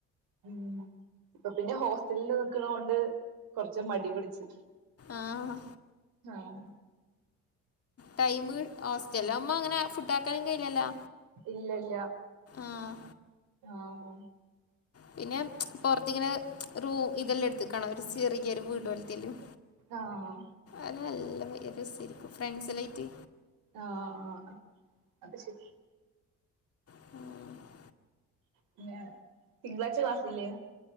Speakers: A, on the right (about 75°); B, on the left (about 45°).
A: ഉം ഇപ്പൊ പിന്നെ ഹോസ്റ്റലിൽ നിക്കണ കൊണ്ട് കൊറച്ച് മടി പിടിച്ചു
B: ആഹ്
A: ആഹ്
B: ടൈമ ഹോസ്റ്റലിൽ ആവുമ്പോ അങ്ങനെ ഫുഡ് ആാക്കാനും കയ്യില്ലല്ലാ
A: ഇല്ല ല്ല
B: ആഹ്
A: ആഹ്
B: പിന്നെ പൊറത്തിങ്ങനെ റൂ ഇതെല്ലാം എടുത്തക്കാണ ഒരു ചിറക്ക് ഒരു വീ <unintelligible>
A: ആഹ്
B: അത് നല്ലരിക്കും ഫ്രണ്ട്സിലായിട്ട്
A: ആഹ് ആഹ് അത് ശരി
B: <unintelligible>
A: പിന്നെ തിങ്കളാഴ്ച ക്ലാസില്ലേ?